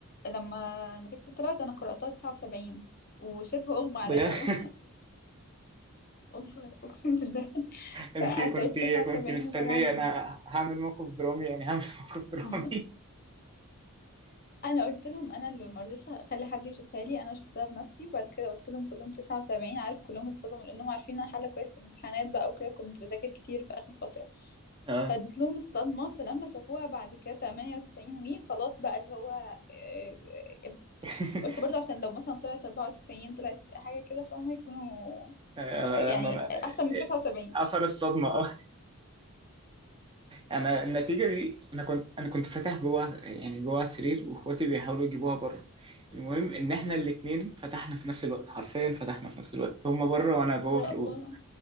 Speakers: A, on the left; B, on the right.
A: لما نتيجتي طلعت انا قرأتها 79 وشبه اغمى عليا
B: بجد
A: يوم
B: <laughs>
A: والله أقسم بالله
B: انت
A: فقعدت
B: كنت
A: أقول 79
B: كنت مستنيه
A: وطبعًا
B: انا هعمل موقف درامي يعني هعمل <laughs> موقف درامي
A: <laughs> أنا قُلت لهم أنا اللي ما رضيتش أخلّي حد يشوفها لي، أنا شُفتها بنَفْسي وبعد كده قُلت لهم كلّهم 79 عارف كلّهم اتصدموا لإنّهم عارفين إن أنا حالة كويس في الامتحانات بقى وكده كنت باذاكر كتير في آخر فترة،
B: اه
A: فادّيت لهم الصدمة، فلمّا شافوها بعد كده 98 و خلاص بقى اللي هو آآ
B: <laughs>
A: قُلت برضه عشان لو مثلًا طلعت 94 طلعت حاجة كده فاهمة يكونوا
B: آه،
A: خ يعني
B: لما
A: أحسن من 79
B: اثر الصدمه <laughs> انا النتيجه دي انا كنت انا كنت فاتح جوه يعني جوه السرير واخواتي بيحاولوا يجيبوها بره المهم ان احنا الاثنين فتحنا في نفس الوقت حرفيا فتحنا في نفس الوقت هما بره وانا جوه
A: يا
B: في الاوضه
A: الله!